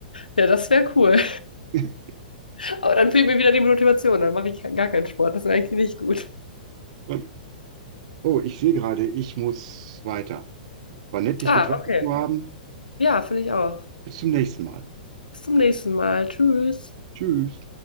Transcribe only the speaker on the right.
<laughs>
Und, oh, ich sehe gerade, ich muss weiter. War nett, dich
getroffen
zu haben.
Bis zum nächsten Mal.
Tschüss.